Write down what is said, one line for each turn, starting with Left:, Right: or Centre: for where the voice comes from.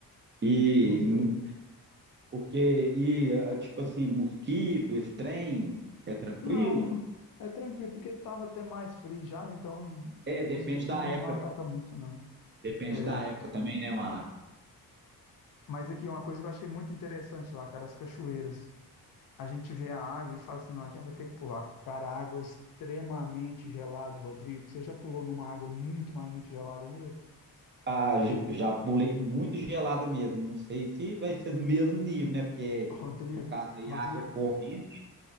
Right: e
Left: Muito
Right: no-
Left: frio.
Right: porque e ah, ah, tipo assim, mosquito, esse trem é tranquilo?
Left: Não, é tranquilo, porque estava até mais frio já, né? Então, é,
Right: É,
Left: mosquito
Right: depende da
Left: não,
Right: época.
Left: não ataca muito, não.
Right: Depende
Left: É,
Right: da época também, né, Mar?
Left: mas aqui, uma coisa que eu achei muito interessante lá, cara, as cachoeiras. A gente vê a água e fala assim, não, a gente vai ter que pular. Cara, a água é extremamente gelada, Rodrigo. Você já pulou numa água muito, mas muito gelada mesmo?
Right: Ah, j- já pulei muito gelada mesmo. Não sei se vai ser do mesmo nível, né? Porque
Left: Rodrigo,
Right: no caso aí
Left: Rodrigo,
Right: a água é corrente.